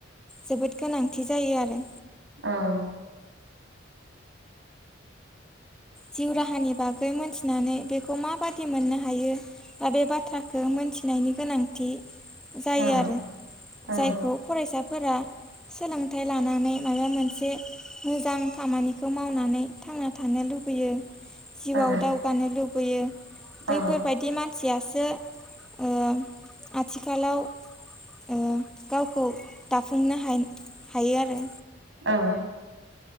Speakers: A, in the centre; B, on the right (about 70°).
A: जोबोद गोनांथि जायो आरो।
B: औ
A: जिउ राहानि बागै मोनथिनानै बेखौ माबादि मोननो हायो बा बे बाथ्राखौ मिथिनायनि गोनांथि जायो
B: औ
A: आरो
B: औ
A: जायखौ फरायसाफोरा सोलोंथाइ लानानै माबा मोनसे मोजां खामानिखौ मावनानै थांना थानो लुबै बैयो जिउआव
B: औ
A: दावगानो लुबैयो
B: औ
A: बैफोरबायदि मानसियासो ओ आथिखालाव ओ गावखौ दाफुंनो हायो हायो आरो।
B: औ।